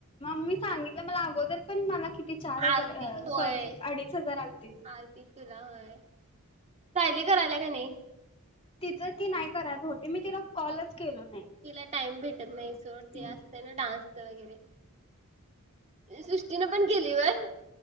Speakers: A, on the left (about 25°); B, on the right (about 30°).
A: मी सांगितलं मला अगोद तरी पण मला किती चार हजार
B: आलतीत
A: अ
B: होय
A: सॉरी अडीच हार आलते.
B: आलतीत तुला होय. सायली करायल्या का नाही?
A: तिच ती नाही करात होती मी तिला कॉलच केलो नाही
B: तिला टाईम भेटत नाही सोड ते
A: हम्म.
B: असते ना डान्सच वगैरे. सृष्टीन पण केली व्हय.